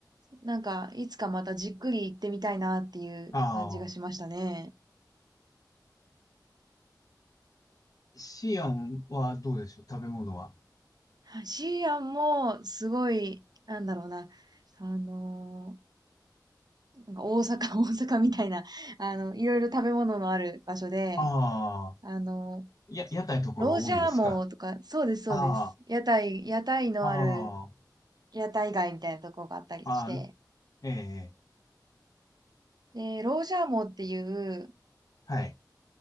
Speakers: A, on the right; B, on the left.
A: なんか、いつかまたじっくり行ってみたいなっていう感じがしましたね。
B: ああ、シアンはどうでしょう、食べ物は。
A: はいシーアンも、すごい、なんだろうな、あのーなんか大阪、<laughs> 大阪みたいな、あの、いろいろ食べ物のある場所で、
B: ああ、
A: あの、
B: や、屋台とかが多いんですか。
A: ロージャーモーとか、そうです、そうです。
B: あ
A: 屋台、屋台のある、
B: あ、あ
A: 屋台街みたいなとこがあったりして、
B: あ、ああ、ええ、
A: で、ロージャーモーっていう、
B: はい。